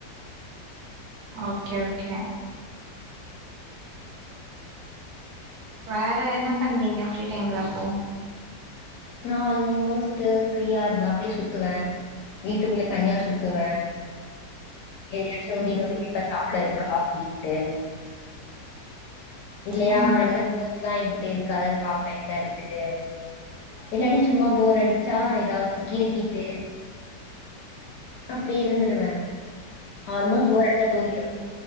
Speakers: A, on the right (about 70°); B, on the left (about 75°).
A: ஓகே ஓகே வேற என்ன பண்ணுவீங்க ஃப்ரீ டைம்ல அப்போ
B: நா ஆல்மோஸ்ட் ஃப்ரீயா இருந்தா அப்டியே சுத்துவே வீட்டுக்குள்ளே தனியா சுத்துவே எதையாச்சு நோண்டி நோ ண்டி <inaudible> சாப்ட இருக்கா அப்டின்ட்டு இல்லயா
A: ம்
B: என்ன <inaudible> ஸ்லா எங்கிட்ட இருக்கா <inaudible> பாப்பே என்ன இருக்கு இல்லாடி சும்மா போறடிச்சா எதாச்சு கிறுகீட்டு அப்டி இருந்துருவே ஆல்மோஸ்ட் போர் அடிச்சா தூங்கிருவே